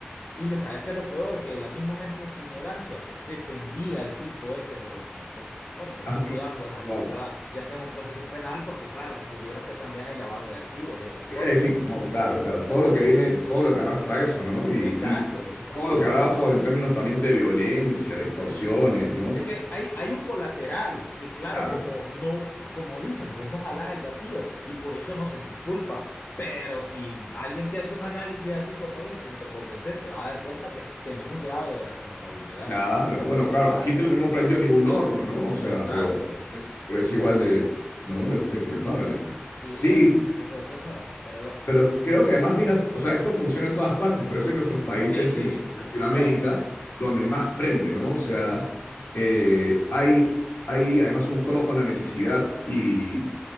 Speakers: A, on the left; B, on the left.
A: Y lo sabes que es lo peor, que la misma gente en su ignorancia defendía al tipo este que los estafó. Bueno, que el
B: Ah,
A: tipo
B: y-
A: ya pues hasta
B: wow.
A: está, ya está en un proceso penal porque claro, descubrieron que también hay lavado de activos y otras cosas.
B: En fin, no, claro, claro. Todo lo que viene, todo lo que arrastra eso, ¿no? Y,
A: Exacto,
B: y
A: pues sí.
B: todo lo que habrá abajo en términos también de violencia, de extorsiones, ¿no?
A: Es que hay, hay un colateral que claro,
B: Claro.
A: como no, como dicen, vos no jalás el gatillo y por eso no sentís culpa. Pero si alguien te hace un análisis así como dicen y te convences, te vas a dar cuenta que tenés un grado de responsabilidad.
B: Claro, bueno, claro,
A: Ah,
B: Hitler no prendió ningún horno, ¿no? O sea,
A: exacto,
B: pero es, pero
A: exacto.
B: es igual de, ¿no? de, de culpable.
A: Sí,
B: Sí,
A: no, ese tipo de cosas, pero bueno.
B: pero creo que además, mira, o sea, esto funciona en todas partes, pero es en nuestros países,
A: Sí, sí,
B: en Latinoamérica,
A: exacto,
B: donde más prende, ¿no? O sea, eh, hay, hay además un juego con la necesidad y,